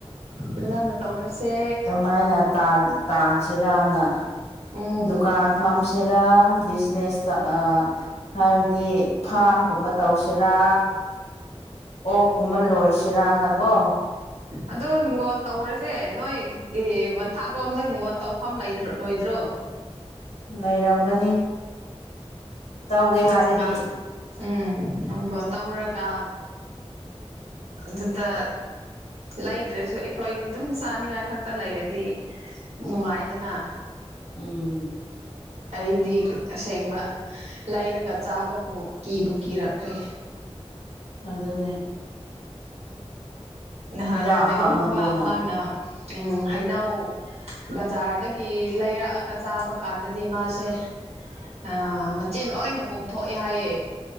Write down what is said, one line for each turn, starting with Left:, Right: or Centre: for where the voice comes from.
Right: ꯐꯖꯥꯅ ꯇꯧꯔꯁꯦ
Left: ꯁꯃꯥꯏꯅ ꯇꯥꯟꯁꯤꯔꯅ
Right: ꯎꯝ
Left: ꯗꯨꯀꯥꯟ ꯐꯥꯝꯁꯦꯔꯥ ꯕꯤꯅꯦꯁꯇ ꯍꯥꯏꯕꯗꯤ ꯐꯥꯝꯒꯨꯝꯕ ꯇꯧꯁꯤꯔꯥ ꯑꯣ ꯀꯨꯝꯕ ꯂꯣꯏꯁꯤꯔꯥꯅꯀꯣ
Right: ꯑꯗꯨ ꯍꯤꯡꯒꯣꯟ ꯇꯧꯔꯁꯦ ꯅꯣꯏ ꯑꯦ ꯃꯊꯥꯛꯂꯣꯝꯗ ꯍꯤꯡꯒꯣꯜ ꯇꯧꯐꯝ ꯂꯩ ꯂꯣꯏꯗ꯭ꯔꯣ
Left: ꯂꯩꯔꯝꯒꯅꯤ ꯇꯧꯒꯦ
Right: ꯑꯗꯨꯗꯨꯒ
Left: ꯍꯥꯏꯔꯗꯤ
Right: ꯎꯝ ꯐꯣꯟ ꯐꯣꯟ ꯇꯧꯔꯒ ꯑꯗꯨꯗ ꯂꯩꯗ꯭ꯔꯁꯨ ꯑꯩꯈꯣꯏ ꯑꯗꯨꯝ ꯆꯥꯅꯤꯉꯥꯏ ꯈꯛꯇ ꯂꯩꯔꯗꯤ ꯅꯨꯡꯉꯥꯏꯗꯅ
Left: ꯎꯝ
Right: ꯑꯩꯗꯤ ꯑꯁꯦꯡꯕ ꯂꯩꯔꯒ ꯆꯥꯕꯕꯨ ꯀꯤꯕꯨ ꯀꯤꯔꯛꯈꯔ꯭ꯦ
Left: ꯑꯗꯨꯅꯤ
Right: ꯅꯍꯥꯟ
Left: ꯍꯤꯗꯥꯛ
Right: ꯀꯩꯅꯣ
Left: ꯍꯥꯞꯃꯟꯗꯅ
Right: ꯅꯨꯄꯥ ꯃꯥꯅ ꯎꯝ ꯍꯩꯅꯧ ꯕꯖꯥꯔꯗꯒꯤ ꯂꯩꯔꯛꯑꯒ ꯆꯥꯕ ꯀꯥꯟꯗꯗꯤ ꯃꯥꯁꯦ ꯑ ꯃꯆꯤꯟ ꯂꯣꯏꯅ ꯄꯣꯝꯊꯣꯛꯑꯦ ꯍꯥꯏꯌꯦ